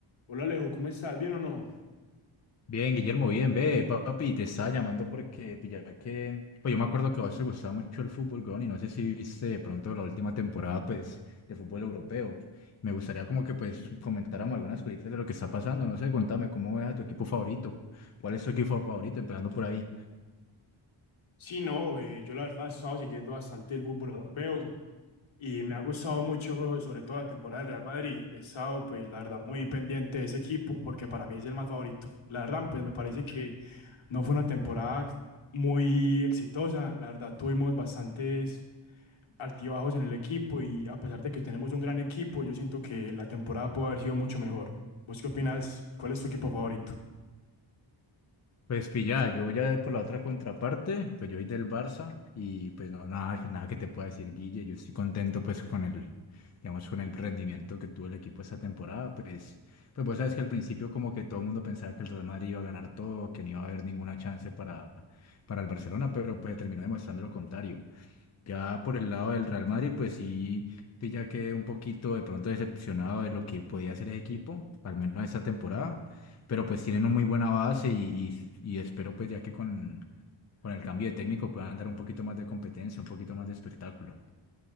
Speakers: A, on the left; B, on the left.
A: Hola Alejo, ¿cómo estás? ¿Bien o no?
B: Bien, Guillermo, bien, ve, papi, te estaba llamando porque pilla que, pues yo me acuerdo que a vos te gustaba mucho el fútbol, weón, y no sé si viste de pronto la última temporada, pues, de fútbol europeo. Me gustaría como que, pues, comentáramos algunas cositas de lo que está pasando, no sé, contame, ¿cómo es a tu equipo favorito? ¿Cuál es tu equipo favorito? Empezando por ahí.
A: Sí, no, eh, yo la verdad he estado siguiendo bastante el fútbol europeo y me ha gustado mucho, sobre todo la temporada del Real Madrid. He estado, pues, la verdad, muy pendiente de ese equipo porque para mí es el más favorito. La verdad, pues, me parece que no fue una temporada muy exitosa. La verdad, tuvimos bastantes altibajos en el equipo y a pesar de que tenemos un gran equipo, yo siento que la temporada puede haber sido mucho mejor. ¿Vos qué opinas y cuál es tu equipo favorito?
B: Pues pillada, yo ya por la otra contraparte, pues yo soy del Barça y pues no, nada, que- nada que te pueda decir, Guille, yo estoy contento pues con el, digamos, con el rendimiento que tuvo el equipo esta temporada, pues, pues vos sabes que al principio como que todo el mundo pensaba que el Real Madrid iba a ganar todo, que no iba a haber ninguna chance para, para el Barcelona, pero pues terminó demostrando lo contrario. Ya por el lado del Real Madrid, pues sí, sí ya quedé un poquito de pronto decepcionado de lo que podía hacer ese equipo, al menos esta temporada, pero pues tienen una muy buena base y, y, y espero pues ya que con, con el cambio de técnico puedan dar un poquito más de competencia, un poquito más de espectáculo.